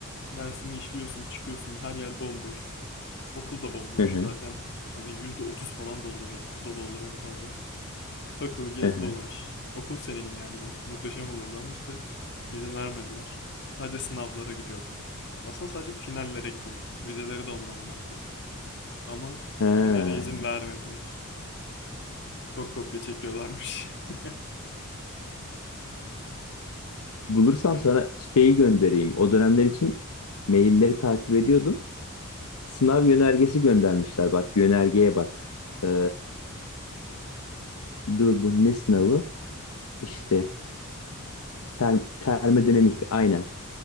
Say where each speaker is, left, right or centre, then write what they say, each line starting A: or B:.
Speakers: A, on the left; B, on the left.
A: Dersini işliyorsun, çıkıyorsun. Her yer bomboş. Okul da bomboş.
B: Hı
A: Zaten hani %30 falan dolu, dolu olur en fazla. Takıl, gez,
B: hı. Hı.
A: dolaş. Okul senin yani. Mu- Muhteşem olurdu ama işte izin vermediler. Sadece sınavlara gidiyorduk. Aslında sadece finallere gidiyorduk. Vizeleri de online yaptık. Ama
B: Ha.
A: finale izin vermediler. Çok kopya çekiyorlarmış. <laughs>
B: Bulursam
A: Evet.
B: sana şeyi göndereyim. O dönemler için mailleri takip ediyordum. Sınav yönergesi göndermişler. Bak yönergeye bak. Ee, dur bu ne sınavı? İşte ter, termodinamik aynen.